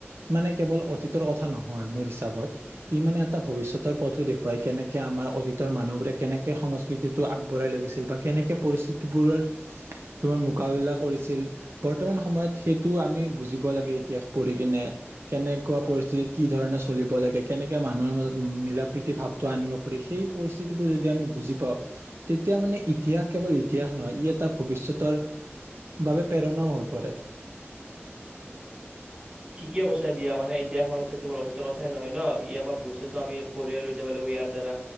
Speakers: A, on the right; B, on the right.
A: মানে কেৱল অতীতৰ কথা নহয়, মোৰ হিচাপত। ই মানে এটা ভৱিষ্যতৰ পথো দেখুৱাই কেনেকে আমাৰ অতীতৰ মানুহবোৰে কেনেকে সংস্কৃতিটো আগবঢ়াই লৈগৈছিল বা কেনেকে পৰিস্থিতিবোৰৰ তোমাৰ মোকাবিলা কৰিছিল। বৰ্তমান সময়ত সেইটো আমি বুজিব লাগে ইতিহাস পঢ়ি কিনে কেনেকুৱা পৰিস্থিতিত কি ধৰণে চলিব লাগে। কেনেকে মানুহৰ মাজত মিলা প্ৰীতি ভাৱটো আনিব পাৰি সেই পৰিস্থিতিবোৰ যদি আমি বুজি পাওঁ। তেতিয়া মানে ইতিহাস কেৱল ইতিহাস নহয় ই এটা ভৱিষ্যতৰ বাবে প্ৰেৰণাও হৈ পৰে।
B: ঠিকে কৈছা দিয়া মানে ইতিহাসৰ মানে কেৱল কথাই নহয় ন, ই আমাৰ ভৱিষ্যতটো আমি কঢ়িয়াই লৈ যাব লাগিব ইয়াৰ দ্বাৰা